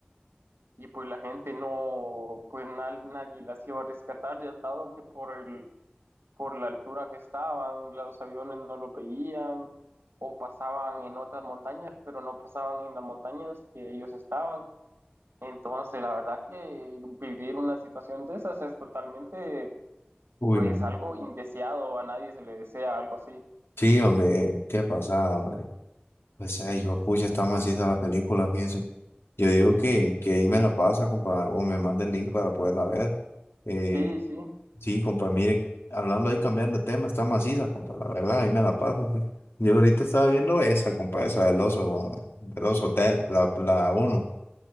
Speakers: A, on the right; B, on the left.
A: y pues la gente no, pues na- nadie las iba a rescatar, ya dado que por el, por la altura que estaban, los aviones no lo veían o pasaban en otras montañas, pero no pasaban en las montañas que ellos estaban. Entonces, la verdad que vivir una situación de esas es totalmente,
B: Uy,
A: pues,
B: no.
A: algo indeseado, a nadie se le desea algo así.
B: Sí, hombre, ¿qué pasa, hombre? Pues, ay, hijo, pucha, está maciza la película, fíjese. Yo digo que, que ahí me la pasa, compa, o me manda el link para poderla ver. Eh,
A: Sí, sí.
B: sí, compa, mire, hablando ahí, cambiando de tema, está maciza, compa, la verdad, ahí me la pasa, pues. Yo ahorita estaba viendo esa, compa, esa del oso, del oso, Ted, la, la uno.